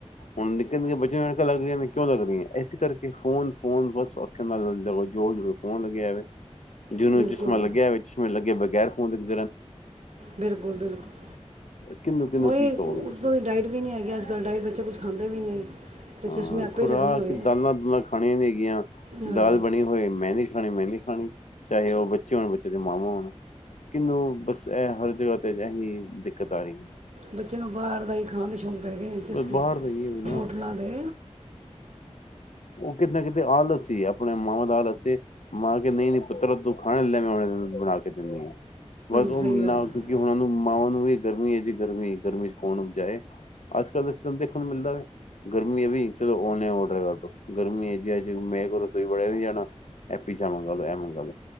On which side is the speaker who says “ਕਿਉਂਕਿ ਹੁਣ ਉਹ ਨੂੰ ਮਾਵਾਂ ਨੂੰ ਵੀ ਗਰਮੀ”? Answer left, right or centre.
Left